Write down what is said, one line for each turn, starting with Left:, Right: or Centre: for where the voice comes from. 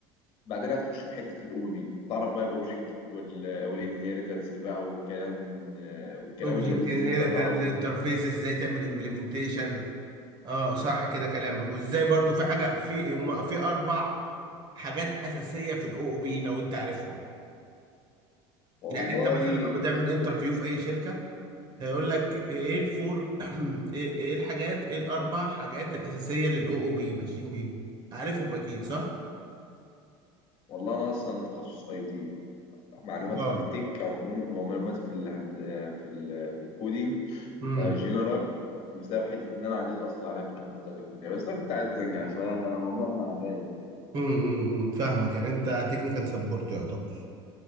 Left: بعدين هتخش في حته الاو بي بي تعرف بقى الاوبجكت وال والانهيرتنس بقى والكلام آه، والكلام
Right: اوبجكت
Left: اللذيذ
Right: هنا
Left: اللي انت هتعرفه
Right: تنزل
Left: ده
Right: انترفيس ازاي تعمل امبلمنتيشن اه صح كده كلامك وازاي برضو في حاجه في هم في اربع حاجات اساسيه في الاو او بي لو انت عارفهم
Left: والله
Right: يعني انت مثلا لو بتعمل انترفيو في اي شركه هيقول لك ايه الفور <clears throat> ايه إيه الحاجات ايه الاربع حاجات الاساسيه للاو او بي ماشيين بيهم عارفهم اكيد صح؟
Left: والله انا اصلا تخصص اي تي معلوماتي
Right: اه
Left: في التك عموما- معلوماتي في الهند آه، في ال في الكودينج
Right: امم
Left: جنرال بسبب حته ان انا عديت اصلا عليها في المواد بتاعت الكليه بس انا كنت عايز انجح فالموضوع مع الراي بتاعي.
Right: امم أمم، فاهمك يعني انت تكنيكال سبورت يعتبر